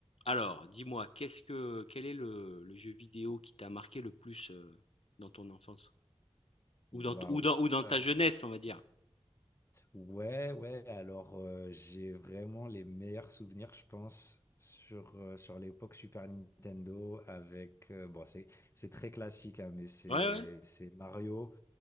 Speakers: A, on the left; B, on the left.
A: Alors, dis-moi, qu'est-ce que quel est le, le jeu vidéo qui t'a marqué le plus euh, dans ton enfance? Ou dans,
B: Waouh.
A: t- ou dans, ou dans
B: Euh,
A: ta jeunesse, on va dire.
B: ouais, ouais, alors euh, j'ai vraiment les meilleurs souvenirs, je pense, sur, euh, sur l'époque Super Nintendo avec... euh, bon, c'est, c'est très classique, hein, mais c'est,
A: Ouais, ouais.
B: c'est Mario.